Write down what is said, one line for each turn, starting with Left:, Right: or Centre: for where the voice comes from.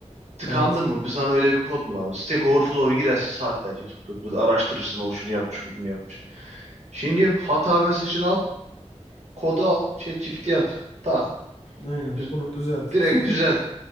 Right: Tıkandın
Left: Evet.
Right: mı? Bir sana öyle bir kod mu lazım? Stack Overflow'a girersin saatlerce pıt pıt pıt araştırırsın. O şunu yapmış mı bunu yapmış. Şimdi yok. Hata mesajını al. Kodu al. ChatGPT'ye at. Tak.
Left: Aynen.
Right: Düz-
Left: Bunu düzelt.
Right: direkt
Left: <laughs>
Right: düzelt.